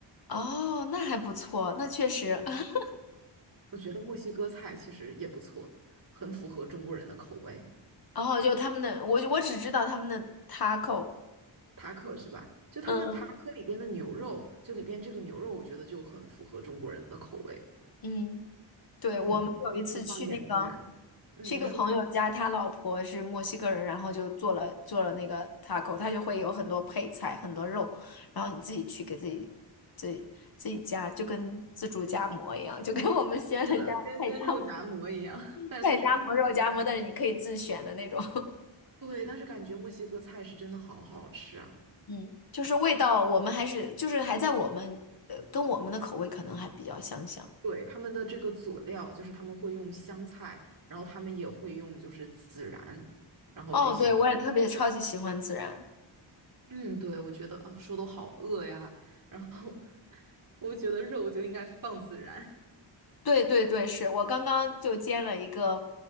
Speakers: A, on the left; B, on the right.
A: 哦，那还不错，那确实。
B: 对，
A: <laughs>
B: 我觉得墨西哥菜其实也不错，很符合中国人的口味。
A: 然后就他们的，我我只知道他们的 taco。
B: 塔可是吧？就他们塔可里边的牛肉，
A: 嗯
B: 就里边这个牛肉，我觉得就很符合中国人的口味。
A: 嗯，对，
B: 嗯嗯会放一点孜然。
A: 我们有一次去那个。
B: 嗯，
A: 去一个朋友家，
B: 你说。
A: 他老婆是墨西哥人，然后就做了做了那个 taco，他就会有很多配菜，很多肉，然后你自己去给自己自己自己加，就跟自助夹馍一样，就跟我们西安的家菜夹
B: 是的，跟跟肉夹馍一样，<laughs>
A: <laughs>
B: 但是它是玉米。
A: 菜夹馍、肉夹馍，但是你可以自选的那种。<laughs>
B: 对，但是感觉墨西哥菜是真的好好吃啊。
A: 嗯，就是味道，我们还是就是还在我们呃跟我们的口味可能还比较相像。
B: 对，他们的这个佐料，就是他们会用香菜，然后他们也会用就是孜然，然后这些。
A: 哦，对，我也特别超级喜欢孜然。
B: 嗯，对，我觉得啊，说都好饿呀。然后 <laughs> 我觉得肉就应该放孜然，
A: 对对对，是我刚刚就煎了一个，